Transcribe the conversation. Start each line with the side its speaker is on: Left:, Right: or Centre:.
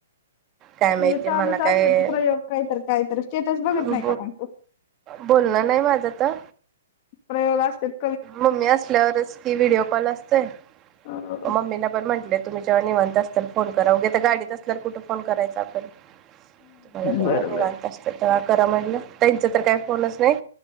Right: काय माहिती
Left: तिचे चालूच
Right: मला काय
Left: असतात प्रयोग काहीतर काहीतर स्टेटस बघत
Right: ब
Left: नाही का मग तू
Right: बोलणं नाही माझं त
Left: प्रयोग असत्यात
Right: मम्मी असल्यावरच कि व्हिडिओ कॉल् असतंय.
Left: हम्म
Right: मम्मीला बरं नाही. म्हटले तुम्ही जेव्हा निवांत असताल फोन् करा उगे गाडीत असता तर कुठं फोन करायचा आपण तुम्हाला जेव्हा
Left: बरोबर
Right: निवांत असताल हा करा म्हटलं ताईंचा तर काय फोनच नाही.